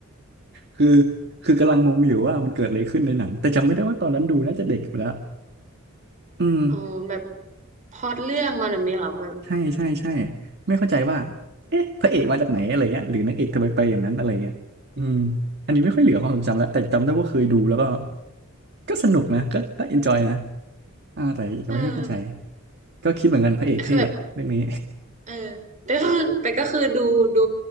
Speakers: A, on the right (about 55°); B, on the right (about 35°).
A: คือคือกำลังงงอยู่ว่ามันเกิดอะไรขึ้นในหนังแต่จำไม่ได้ว่าตอนนั้นดูน่าจะเด็กไปแล้วอืม
B: อ๋อแบบพล็อตเรื่องมันแบบนี้เหรอแบบ
A: ใช่ใช่ใช่ไม่เข้าใจว่าเอ๊ะพระเอกมาจากไหนอะไรเงี้ยหรือนางเอกทำไมไปอย่างนั้นอะไรเงี้ยอืมอันนี้ไม่ค่อยเหลือความทรงจำแล้วแต่จำได้ว่าเคยดูแล้วก็ก็สนุกนะก็ก็เอนจอยนะอ่าแต่ยังไม่ค่อยเข้าใจ
B: เออ
A: ก็คิดเหมือนกันพระเอกเท่เรื่องนี้
B: คือแบบ เออแต่ก็คือแต่ก็คือดูดู